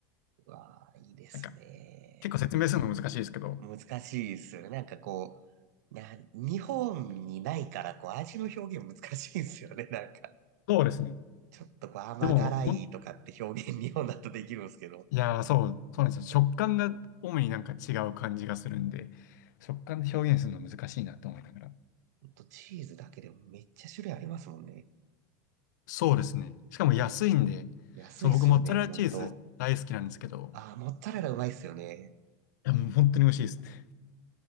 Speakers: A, on the right; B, on the left.
A: うわあ、いいですね。
B: なんか結構説明するの難しいですけど、
A: 難しいですよね。なんかこう、な、日本にないから、こう、味の表現難しいですよね。<laughs> なんか、
B: そうですね。
A: ちょっとこう、甘辛いとかって表現、
B: でも、ほん、
A: 日本だとできるんですけど。
B: いやー、そう、そうなんですよ。食感が主になんか違う感じがするんで、食感で表現するの難しいなと思いながら。
A: ほんと、チーズだけでもめっちゃ種類ありますもんね。
B: そうですね。しかも安いんで、
A: 安いっすよね、
B: そう、僕モッツァレラチーズ大好きなんですけど、
A: ほんと。あ、モッツァレラうまいっすよね。
B: いや、もう本当に美味しいです。